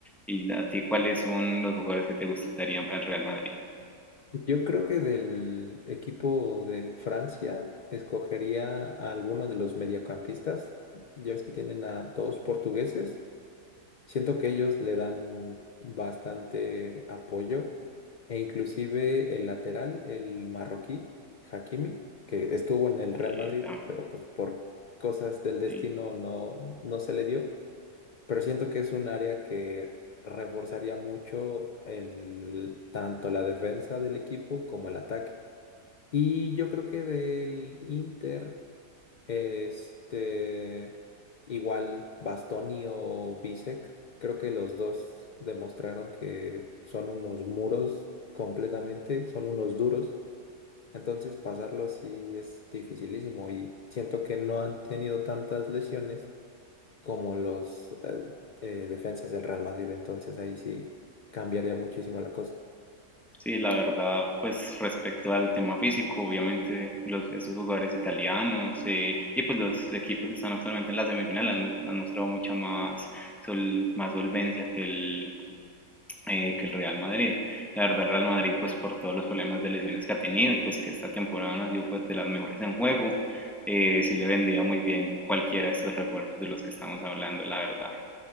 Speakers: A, in the centre; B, on the left.
A: ¿Y a ti cuáles son los jugadores que te gustarían para el Real Madrid?
B: Yo creo que del equipo de Francia escogería a alguno de los mediocampistas. Ya ves que tienen a dos portugueses. Siento que ellos le dan bastante apoyo e inclusive el lateral, el marroquí, Hakimi, que estuvo en el Real
A: Y,
B: Madrid,
A: ya,
B: pero pues por cosas del destino
A: y
B: no, no se le dio pero siento que es un área que reforzaría mucho el, tanto la defensa del equipo como el ataque. Y yo creo que del Inter, este, igual Bastoni o Bisek, creo que los dos demostraron que son unos muros completamente, son unos duros. Entonces pasarlo sí es dificilísimo y siento que no han tenido tantas lesiones como los eh, eh, defensas del Real Madrid, entonces ahí sí cambiaría muchísimo la cosa.
A: Sí, la verdad, pues respecto al tema físico, obviamente los, estos jugadores italianos eh, y pues los equipos que están actualmente en la semifinal han, mu- han mostrado mucha más, sol- más solvencia que el, eh, que el Real Madrid. La verdad, el Real Madrid, pues por todos los problemas de lesiones que ha tenido y pues que esta temporada no ha sido pues de las mejores en juego, eh, sí le vendría muy bien cualquiera de estos refuerzos de los que estamos hablando, la verdad.